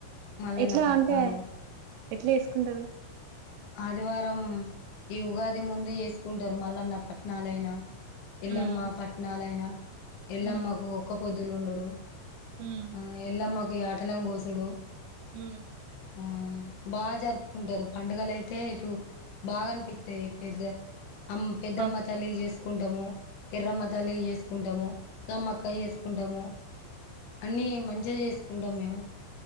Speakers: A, on the left; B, on the right.
A: మల్లన్న
B: ఎట్లా
A: పట్నాలు
B: అంటే ఎట్లా వేసుకుంటారు
A: ఆదివారం ఈ ఉగాది ముందు చేసుకుంటారు మల్లన్న పట్నా లైనా ఎల్లమ్మ
B: ఉమ్
A: పట్నలయిన ఎల్లమ్మకు
B: ఉమ్
A: ఒక్క పొద్దులుండుడు
B: ఉమ్
A: ఆ ఎల్లమ్మకు యాటలం కోసుడు
B: ఉ
A: ఆ బాగా జరుపుకుంటారు పండుగలై బాగా అనిపిత్తయి పెద్ద అమ్ పెద్దమ్మ
B: ఆ
A: తల్లికి చేసుకుంటాము ఎర్రమ్మ తల్లికి చేసుకుంటాము సమ్మక్క చేసుకుంటాము అన్నీ మంచిగా చేసుకుంటాం మేము